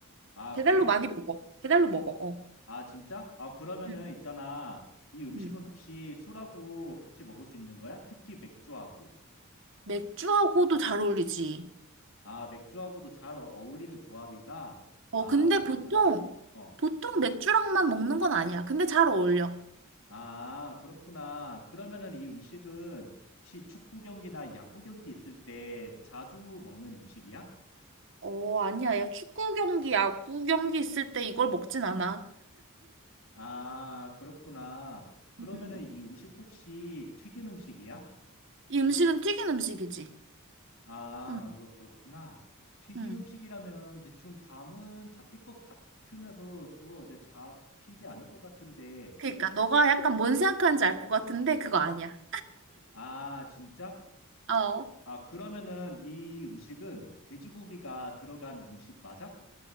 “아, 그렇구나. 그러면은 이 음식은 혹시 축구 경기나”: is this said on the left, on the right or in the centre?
Left